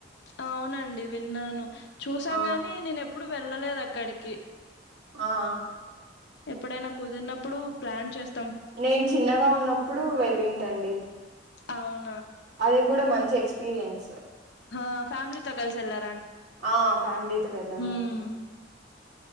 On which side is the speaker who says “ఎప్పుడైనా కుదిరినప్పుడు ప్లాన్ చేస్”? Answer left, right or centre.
Left